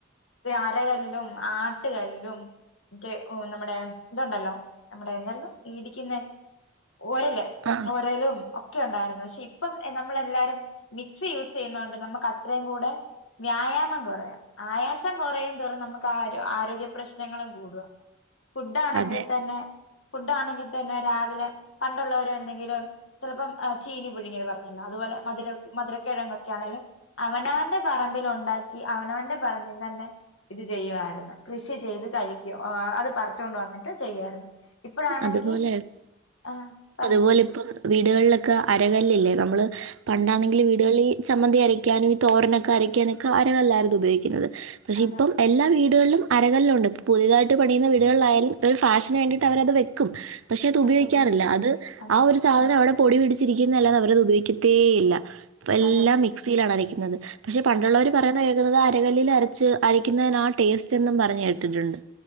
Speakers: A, on the left; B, on the right.
A: അരകല്ലും, ആട്ടുകല്ലും, മറ്റേ നമ്മുടെ ഇതുണ്ടല്ലോ. നമ്മടെ എന്താരുന്നു ഈ ഇടിക്കുന്നേ. ഓരല്
B: ആ.
A: ഓരലും ഒ ഒക്കെ ഉണ്ടായിരുന്നു പക്ഷെ ഇപ്പം നമ്മളെല്ലാരും മിക്സ് യൂസ് ചെയ്യുന്നൊണ്ട് നമുക്ക് അത്രയും കൂടെ വ്യായാമം കുറയാം ആയാസം കുറയുന്തോറും നമുക്ക് ആ ആരോഗ്യ പ്രശ്നങ്ങളും കൂടുവാ. ഫുഡ് ആണെങ്കി
B: അതെ.
A: തന്നെ ഫുഡ്‌ ആണെങ്കിൽ തന്നെ രാവിലെ പണ്ടുള്ളവര് എന്തെങ്കിലും ചിലപ്പം ചീനി പുഴുങ്ങിയത് പറഞ്ഞല്ലോ അതുപോലെ മധുര മധുരക്കിഴങ്ങൊക്കെ ആണേലും അവനവന്റെ പറമ്പിൽ ഉണ്ടാക്കി അവനവന്റെ പറമ്പിന്ന് ഇത് ചെയ്യുയിരുന്നു കൃഷി ചെയ്ത് കഴിക്കും അത് പറിച്ചുകൊണ്ട് വന്നിട്ട് ചെയ്യുവാരുന്നു ഇപ്പഴാണെങ്കി
B: അതുപോലെ
A: ആഹ് പറഞ്ഞോ
B: അതുപോലെ ഇപ്പം വീടുകളിലൊക്കെ അരകല്ലില്ലേ നമ്മള് പണ്ടാണെങ്കില്
A: ഉം
B: വീടുകളി ചമ്മന്തി അരക്കാനും ഈ തോരനൊക്കെ അരക്കാനൊക്കെ അരകല്ലായിരുന്ന് ഉപയോഗിക്കുന്നത് പക്ഷെ
A: അതെ
B: ഇപ്പം എല്ലാ വീ വീടുകളിലും അരകല്ലുണ്ട് പുതിയതായിട്ട് പണിയുന്ന വീടുകളിലായാലും ഒരു ഫാഷൻ ആയിട്ട് ന്നട്ട് അവരത് വെക്കും പക്ഷെ അത്
A: പശു
B: ഉപയോഗിക്കാറില്ല
A: ഉപയോഗി
B: അത്
A: അതെ
B: ആഹ് ഒരു സാധനം അവിടെ പൊടി പിടിച്ചിരിക്കുന്നല്ലാതെ അവരത് ഉപയോഗിക്കത്തേ ഇല്ല ഇപ്പ എല്ലാം
A: അതെ
B: മിക്സിയിലാണ് അര വരുന്നത് പക്ഷെ പണ്ടുള്ളവര്
A: അതെ
B: പറയുന്ന കേ വക്കുന്നത് അരകല്ലിൽ അരച്ച് അരിക്കുന്നതിനാ ടേസ്റ്റ് എന്നും പറഞ്ഞ് കേട്ടിട്ടുണ്ട്